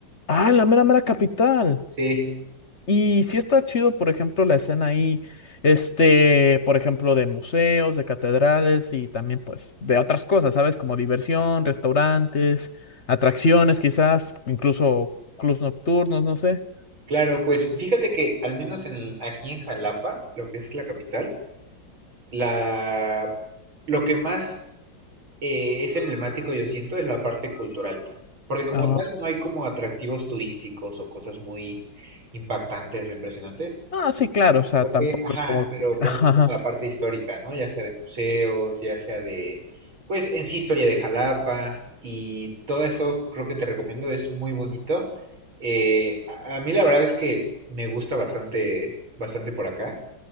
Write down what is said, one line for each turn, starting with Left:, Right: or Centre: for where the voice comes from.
Left: Ah, la mera, mera capital.
Right: Sí,
Left: Y sí está chido, por ejemplo, la escena ahí, este, por ejemplo, de museos, de catedrales y también, pues, de otras cosas, ¿sabes? Como diversión, restaurantes, atracciones, quizás, incluso clubs nocturnos, no sé.
Right: claro, pues fíjate que al menos en, aquí en Jalapa, lo que es la capital, la, lo que más eh, es emblemático, yo siento, es la parte cultural. Porque como
Left: Ah,
Right: tal no hay como atractivos turísticos o cosas muy impactantes o impresionantes.
Left: ah, sí, claro, o sea,
Right: Porque,
Left: tampoco
Right: ajá,
Left: es como
Right: pero
Left: que...
Right: pues
Left: <laughs> Ajá.
Right: es como la parte histórica, ¿no? Ya sea de museos, ya sea de, pues en sí historia de Jalapa y todo eso creo que te recomiendo, es muy bonito. Eh, a, a mí la verdad es que me gusta bastante, bastante por acá.